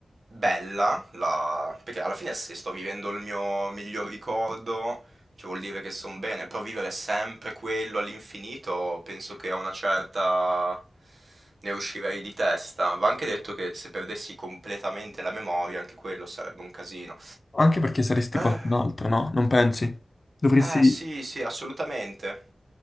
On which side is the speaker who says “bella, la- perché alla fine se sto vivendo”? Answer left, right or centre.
Right